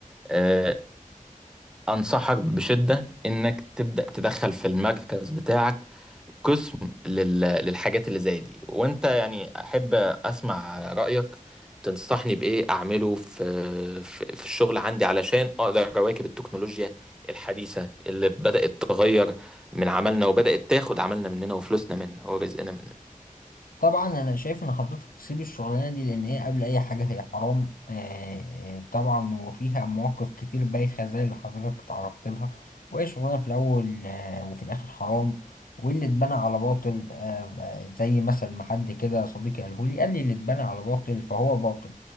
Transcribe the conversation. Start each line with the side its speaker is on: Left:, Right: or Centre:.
Centre: آه، انصحك بشده انك تبدا تدخل في المركز بتاعك قسم لل- للحاجات اللي زي دي وانت يعني احب اسمع رايك تنصحني بايه اعمله في في في الشغل عندي علشان اقدر اواكب التكنولوجيا الحديثه اللي بدات تغير من عملنا وبدات تاخد عملنا مننا وفلوسنا مننا ورزقنا مننا
Left: طبعا انا شايف ان حضرتك تسيب الشغلانه دي لان هي قبل اي حاجه هي حرام آه طبعا وفيها مواقف كتير بايخه زي اللي حضرتك تعرضت لها وهي شغلانه في الاول آه وفي الاخر حرام واللي اتبنى على باطل آه آه، زي مثل ما حد كده صديقي قاله لي قال لي اللي اتبنى على باطل فهو باطل